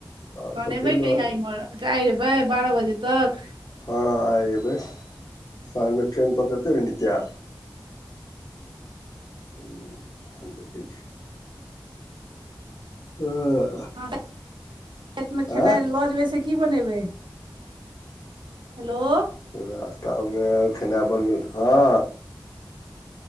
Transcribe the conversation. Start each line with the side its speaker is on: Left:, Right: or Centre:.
Left: आओर
Right: तहन
Left: सब
Right: एबै
Left: चलि
Right: कहिया
Left: रहल य
Right: इमहर आइ एबै बारह बजे तक
Left: हँ आइ एबै <inaudible> साँझ में ट्रेन पकड़तै नित्या <unintelligible> <unintelligible>
Right: <inaudible> राइत में खेनाइ
Left: आँय
Right: लऽ जेबै से की बनेबे <inaudible> हेलो
Left: रास्तामे खेना बनबै लऽ हँ